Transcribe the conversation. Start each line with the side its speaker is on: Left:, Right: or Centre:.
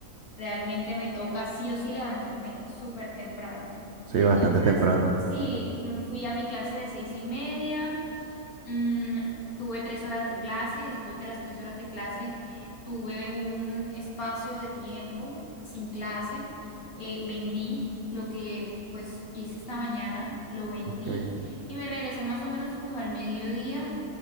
Left: realmente me toca sí o sí levantarme súper temprano.
Right: Sí,
Left: Entonces,
Right: bastante temprano.
Left: sí, mm, fui a mi clase de seis y media. Mm, tuve tres horas de clase y después de las tres horas de clase tuve un espacio de tiempo sin clase. Eh, vendí lo que pues hice esta mañana, lo vendí
Right: Ok.
Left: y me regresé más o menos como al mediodía